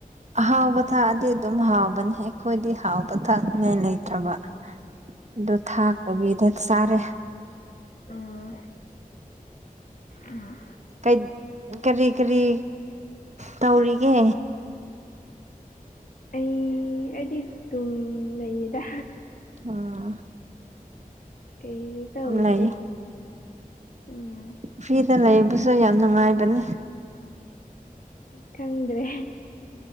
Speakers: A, on the right (about 50°); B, on the left (about 65°).
A: ꯍꯥꯎꯕ ꯊꯥꯛꯗꯤ ꯑꯗꯨꯝ ꯍꯥꯎꯕꯅꯦꯍ ꯑꯩꯈꯣꯏꯗꯤ ꯍꯥꯎꯕ ꯄꯣꯊꯥꯅꯤꯡꯉꯥꯏ ꯂꯩꯇ꯭ꯔꯕ ꯑꯗꯨ ꯊꯥꯛꯇꯕꯤꯗ ꯆꯥꯔꯦ
B: ꯎꯝ ꯎꯝ
A: ꯀꯩ ꯀꯔꯤ ꯀꯔꯤ ꯇꯧꯔꯤꯒꯦ
B: ꯑꯩ ꯑꯩꯗꯤ ꯇꯨꯝ ꯂꯩꯌꯦꯗ
A: ꯎꯝ
B: ꯀꯩꯁꯨ ꯇꯧꯗꯦ
A: ꯂꯩ
B: ꯎꯝ
A: ꯐꯔ ꯁꯤꯗ ꯂꯩꯕꯁꯨ ꯌꯥꯝ ꯅꯨꯡꯉꯥꯏꯕꯅꯤ
B: ꯈꯪꯗ꯭ꯔꯦ